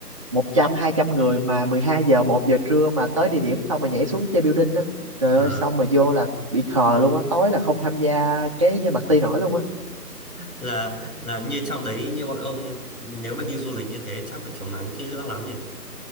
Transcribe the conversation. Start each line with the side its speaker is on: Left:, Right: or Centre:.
Right: một trăm hai trăm người mà mười hai giờ một giờ trưa mà tới địa điểm xong mà nhảy xuống chơi building á. Trời
Left: Ờ.
Right: ơi xong mà vô là bị khờ luôn á, tối là không tham gia cái party nổi luôn á.
Left: là là như trong đấy như bọn ông nếu mà đi du lịch như thế chắc phải chống nắng kỹ lưỡng lắm nhỉ